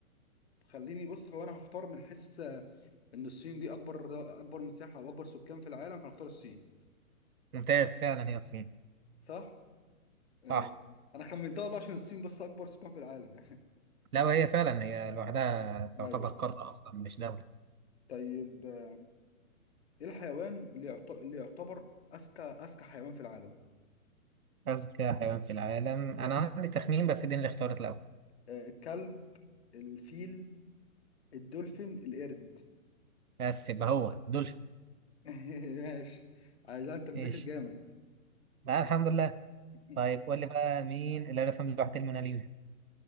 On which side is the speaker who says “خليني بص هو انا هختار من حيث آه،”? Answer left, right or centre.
Left